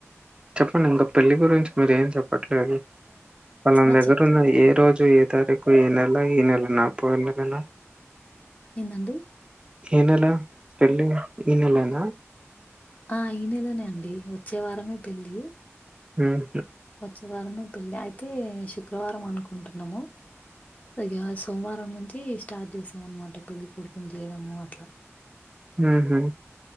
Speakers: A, on the right; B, on the left.
A: చెప్పండి ఇంకా పెళ్లి గురించి మీరు ఏం చెప్పట్లేదు వాళ్ళన
B: ఆ!
A: దగ్గర
B: చెప్తున్నాను.
A: ఉన్న ఏ రోజు ఏ తారీకు ఏ నెల ఈ నెల నా పోయిన నెలలా
B: ఏమండీ
A: ఏ నెల పెళ్లి ఈ నెలేనా
B: ఆ ఈ నెలనే అండి వచ్చేవారం ఏ పెళ్లి
A: హ్మ్
B: వచ్చే వారము పెళ్ళి అయితే శుక్రవారం అనుకుంటున్నాము ఇలగ సోమవారం నుంచి స్టార్ట్ చేసామన్నమాట పెళ్ళికొడుకుని చేయడము అట్లా
A: ఉ హు